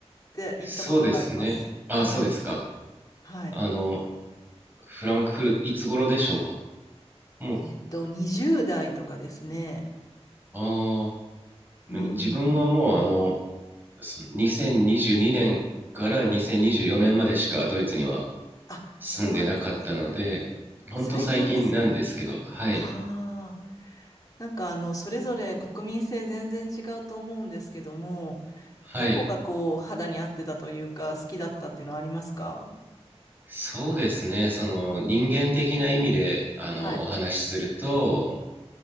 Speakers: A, on the left; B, on the right.
A: て、行ったことがあります。
B: そうですね。あ、
A: はい。
B: そうですか。
A: はい。
B: あの、フランクフルト、いつ頃でしょうか。も
A: えっと、20代とかですね。
B: う、ああ、
A: うん。
B: なんか自分はもうあの、そ2022年から2024年までしかドイツには
A: あ、
B: 住んでなかったので、
A: そうなんですね。
B: ほんと最近なんですけど、
A: 最近ですね。
B: はい、
A: ああ、なんかあの、それぞれ国民性全然違うと思うんですけども、
B: はい、
A: どこがこう、肌に合ってたというか、好きだったっていうのはありますか
B: そうですね、その人間的な意味で、あの、
A: はい。
B: お話しすると、